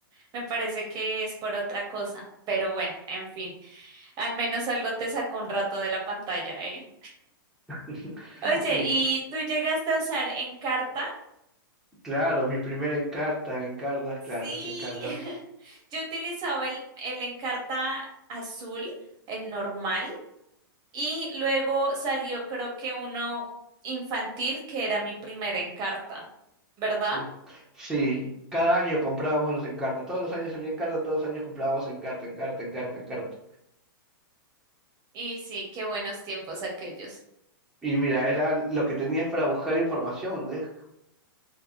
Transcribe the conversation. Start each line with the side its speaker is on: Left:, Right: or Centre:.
Right: Me parece que es por otra cosa, pero bueno, en fin, al menos algo te sacó un rato de la pantalla, ¿eh?
Centre: <laughs>
Right: Oye,
Centre: Y
Right: ¿y tú llegaste a usar Encarta?
Centre: Claro, mi primera encarta, encartas,
Right: Sí,
Centre: claro, las encartas.
Right: <laughs> yo utilizaba el, el Encarta azul, el normal, y luego salió creo que uno infantil, que era mi primera Encarta, ¿verdad?
Centre: mm, Sí, cada año comprábamos los encartas. Todos los años salía encarta, todos los años comprábamos encarta, encarta, encarta, encarta.
Right: Y sí, qué buenos tiempos aquellos.
Centre: Y mira, era lo que tenías para buscar información. ¿ves?